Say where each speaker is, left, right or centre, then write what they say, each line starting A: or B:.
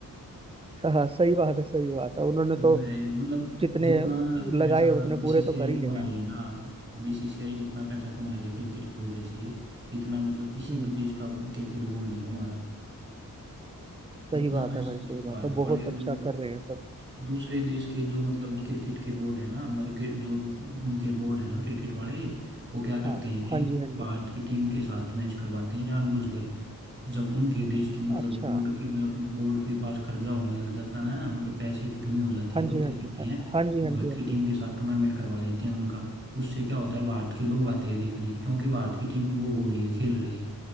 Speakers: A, on the right; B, on the right.
A: हाँ हाँ, सही बात है सही बात है उन्होंने
B: वो
A: तो
B: तो है ही। मतलब
A: जितने
B: जितना पैसा
A: लगाए उतने
B: बीसीसीआई
A: पूरे तो कर ही
B: कमा
A: ले रहे
B: रही
A: हैं
B: है ना बीसीसीआई जितना पैसा कमा रही है क्रिकेट की वजह से इतना मतलब किसी
A: हम्म
B: भी देश का क्रिकेट बोर्ड नहीं कमा रहा इतना
A: सही बात
B: पैसा
A: है भाई
B: मतलब
A: सही बात
B: भारत
A: है बहुत
B: वाले
A: अच्छा
B: लोग
A: कर रहे हैं सब
B: दूसरे देश के जो मतलब क्रिकेट के बोर्ड है ना मतलब कि जो उनके बोर्ड है ना क्रिकेट वाले वो क्या करते
A: हाँ
B: हैं
A: हाँ जी हाँ
B: भारत
A: जी
B: की टीम के साथ मैच करवाते हैं जानबूझकर जब उनके देश के मतलब
A: अच्छा
B: बोर्ड की बोर्ड के पास कर्जा होना लग जाता है ना मतलब पैसे की कमी हो जाती
A: हाँ
B: है तो
A: जी
B: क्या
A: हाँ
B: करती
A: जी हाँ
B: हैं
A: हाँ जी
B: भारत
A: हाँ जी हाँ
B: की टीम
A: जी
B: के साथ टूर्नामेंट करवा देते हैं उनका उससे क्या होता है भारत के लोग आते हैं देखने क्योंकि भारत की टीम वो हो रही है खेल रही है